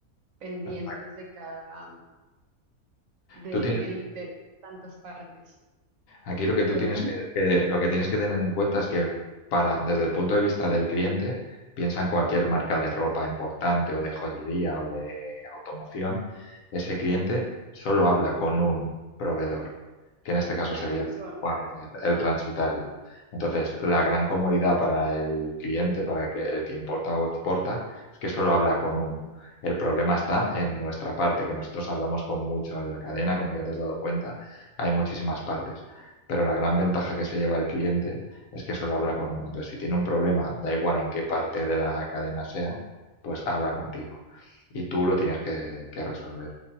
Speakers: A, on the right; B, on the left.
A: pendientes
B: Exacto.
A: de cada, de,
B: ¿Tú tienes
A: del- de- de tantas partes.
B: Aquí lo que tú
A: Cuéntame.
B: tienes que, que- lo que tienes que tener en cuenta es que para, desde el punto de vista del cliente, piensa en cualquier marca de ropa importante o de joyería o de automoción, ese cliente solo habla con un proveedor, que en este caso
A: Claro,
B: sería
A: no se va a enredar.
B: Warner, el transitario. Entonces, la gran comodidad para el cliente, para el que, el que importa o exporta, es que solo habla con uno. El problema está en nuestra parte, que nosotros hablamos con mucho en la cadena, como ya te has dado cuenta, hay muchísimas partes pero la gran ventaja que se lleva el cliente es que solo habla con uno. Entonces, si tiene un problema, da igual en qué parte de la cadena sea, pues habla contigo. Y tú lo tienes que, que resolver.